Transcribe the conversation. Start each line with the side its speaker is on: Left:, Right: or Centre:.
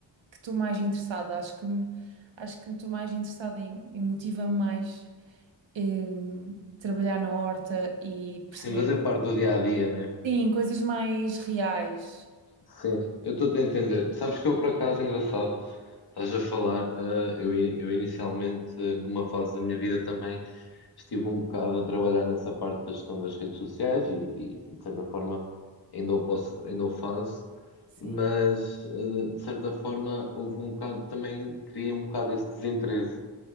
Right: que estou mais interessada. Acho que me- acho que estou mais interessada e, e motiva-me mais em trabalhar na horta e perceber,
Left: Sim, fazer parte do dia a dia, né?
Right: sim, coisas mais reais.
Left: Sim, eu estou a entender. Sabes que eu, por acaso, engraçado, estás a falar, eh, eu, i- eu inicialmente, eh, numa fase da minha vida também, estive um bocado a trabalhar nessa parte da gestão das redes sociais e, e, de certa forma, ainda o posso, ainda o faço,
Right: Sim.
Left: mas, eh, de certa forma, houve um bocado, também criei um bocado esse desinteresse